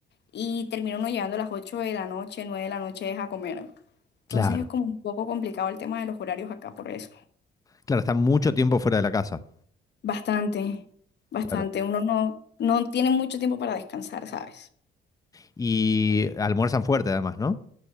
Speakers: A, on the left (about 60°); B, on the left (about 15°).
A: Y termina uno llegando a las 8 de la noche, 9 de la noche es a comer. Entonces
B: Claro.
A: es como un poco complicado el tema de los horarios acá por eso.
B: Claro, están mucho tiempo fuera de la casa.
A: Bastante, bastante.
B: Claro.
A: Uno no, no tiene mucho tiempo para descansar, ¿sabes?
B: Y almuerzan fuerte además, ¿no?